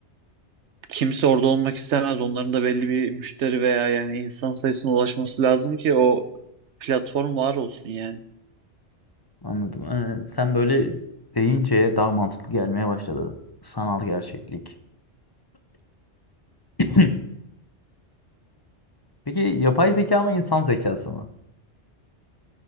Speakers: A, on the right; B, on the left.
A: kimse orada olmak istemez. Onların da belli bir müşteri veya yani insan sayısına ulaşması lazım ki o platform var olsun yani.
B: Anladım. Ee, sen böyle deyince daha mantıklı gelmeye başladı. Sanal gerçeklik. <clears throat> Peki yapay zeka mı insan zekası mı?